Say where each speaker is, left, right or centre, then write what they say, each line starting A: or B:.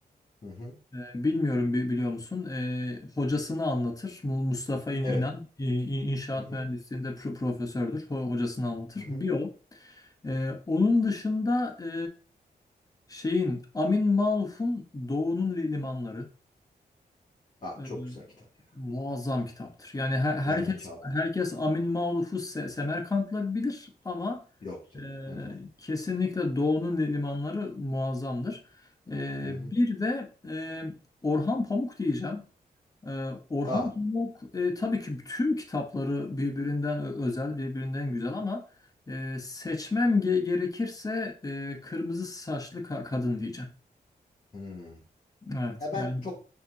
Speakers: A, on the left; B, on the left.
A: Hı hı.
B: Ee, bilmiyorum bi- biliyor musun? Ee, hocasını anlatır. Mu- Mustafa İn-
A: Evet.
B: İnan İ- İ- inşaat
A: Hı hı.
B: mühendisliğinde pro- profesördür. Ho- hocasını anlatır.
A: Hı hı.
B: Bir o. Ee, onun dışında e, şeyin Amin Maluf'un Doğu'nun li- limanları.
A: Abi
B: Ee,
A: çok güzel kitap ya.
B: muazzam kitaptır. Yani her- herkes
A: Benden çaldın.
B: herkes Amin Maluf'u Se- Semerkant'la bilir ama
A: Yok canım.
B: e,
A: Evet.
B: kesinlikle Doğu'nun limanları muazzamdır. E,
A: Hı hı.
B: bir de e, Orhan Pamuk diyeceğim. E, Orhan
A: Aa.
B: Pamuk e, tabii ki tüm kitapları birbirinden ö- özel, birbirinden güzel ama e, seçmem ge- gerekirse e, Kırmızı Saçlı Ka- Kadın diyeceğim.
A: Hmm.
B: Evet
A: Ya ben
B: yani.
A: çok